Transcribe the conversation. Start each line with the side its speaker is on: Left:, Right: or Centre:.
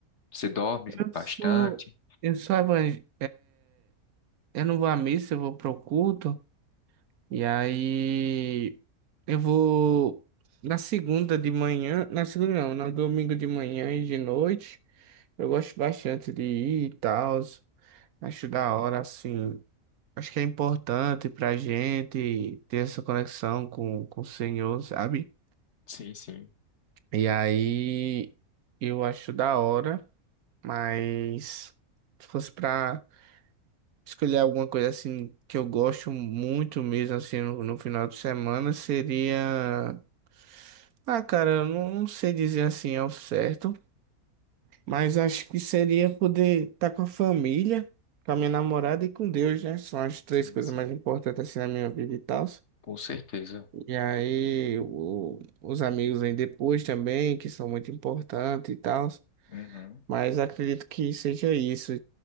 Left: você dorme
Right: Eu
Left: bastante.
Right: sou. Eu sou evangélico. eu não vou à missa, eu vou pro culto. E aí. Eu vou. Na segunda de manhã. Na segunda não, na domingo de manhã e de noite. Eu gosto bastante de ir e tal. Acho da hora, assim. Acho que é importante pra gente ter essa conexão com, com o Senhor, sabe?
Left: Sim, sim,
Right: E aí eu acho da hora, mas se fosse pra escolher alguma coisa assim que eu gosto muito mesmo, assim, no, no final de semana, seria. Ah, cara, eu não, não sei dizer assim ao certo. Mas acho que seria poder estar com a família, com a minha namorada e com Deus, né? São as três
Left: sim,
Right: coisas
Left: sim.
Right: mais importantes assim na minha vida e tal.
Left: Com certeza.
Right: E aí, o- os amigos vêm depois também, que são muito importantes e tal.
Left: Uhum.
Right: Mas acredito que seja isso.